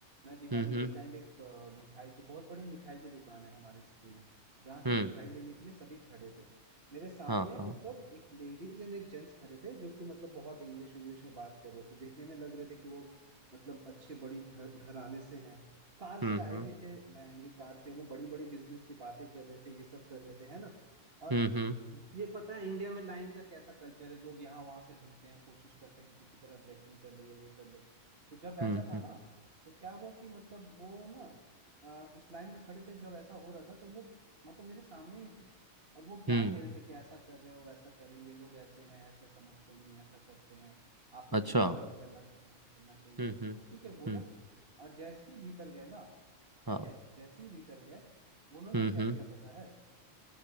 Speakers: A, on the right; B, on the right.
A: मैं दिवाली
B: हम्म हम्म
A: के टाइम एक अ, मिठाई की बहुत बड़ी मिठाई की दुकान है हमारे सिटी में जहाँ से
B: हम्म
A: मिठाई लेने के लिए सभी खड़े थे मेरे सामने
B: हाँ हाँ
A: मतलब एक लेडीज एंड एक जेंट्स खड़े थे जो कि मतलब बहुत इंग्लिश इंग्लिश में बात कर रहे थे देखने में लग रहे थे कि वो मतलब अच्छे बड़ी घर घराने से हैं कार से
B: हम्म
A: आए
B: हम्म
A: भी थे महंगी कार से वो बड़ी बड़ी बिजनेस की बातें कर रहे थे ये सब कर रहे थे है ना और
B: हम्म हम्म
A: ये पता है इंडिया में लाइन का कैसा कल्चर है लोग यहाँ वहां से ढूंढते हैं कोशिश करते हैं कि किसी तरह ब्रेकिंग कर ले या ये कर ले तो जब ऐसा
B: हम्म
A: था
B: हम्म
A: ना तो क्या हुआ कि मतलब वो ना अ, उस लाइन में खड़े थे जब ऐसा हो रहा था तो वो मतलब मेरे सामने ही थे और वो ज्ञान
B: हम्म,
A: दे रहे थे कि ऐसा कर रहे हो वैसा कर रहे हो ये लोग ऐसे हैं ऐसा समझते नहीं ऐसा करते हैं आप लोगों
B: अच्छा
A: को सही करना चाहिए ये करना चाहिए
B: हम्म हम्म
A: ठीक है बोला
B: हम्म।
A: और जैसे ही भीतर गए ना ठीक
B: हाँ
A: है जैसे ही भीतर गए उन्होंने
B: हम्म
A: क्या
B: हम्म
A: किया पता है